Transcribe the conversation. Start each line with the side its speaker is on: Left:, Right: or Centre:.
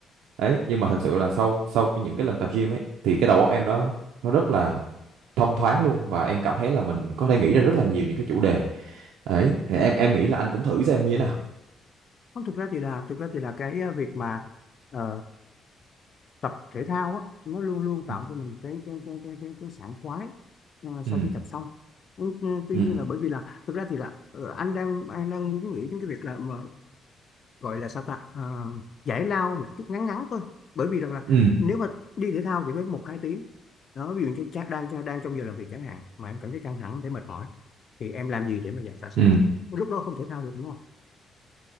Right: đấy nhưng mà thật sự là sau sau cái- những cái lần tập gym ấy thì cái đầu óc em nó nó rất là thông thoáng luôn và em cảm thấy là mình có thể nghĩ ra rất là nhiều những cái chủ đề ấy thì em em nghĩ là anh cũng thử xem như thế nào
Left: Không, thực ra thì là thực ra thì là cái ờ, việc mà ờ, tập thể thao á nó luôn luôn tạo
Right: Ừ.
Left: cho mình cái cái cái cái cái, cái sảng khoái ờ, sau
Right: ừ
Left: khi tập xong Ừ, ừ, tuy
Right: ừ
Left: nhiên là bởi vì là thực ra thì là ờ, anh đang anh đang muốn nghĩ đến cái việc là mà gọi là sao ta Ờ, giải lao một chút ngắn ngắn thôi bởi vì rằng là
Right: ừ
Left: nếu mà đi thể thao thì mới một hai tiếng đó ví dụ như cha- đang cha- đang trong giờ làm việc chẳng hạn mà em cảm thấy căng thẳng thấy mệt mỏi thì em làm gì để mà giải xả stress
Right: ừ
Left: lúc đó không thể thao được đúng không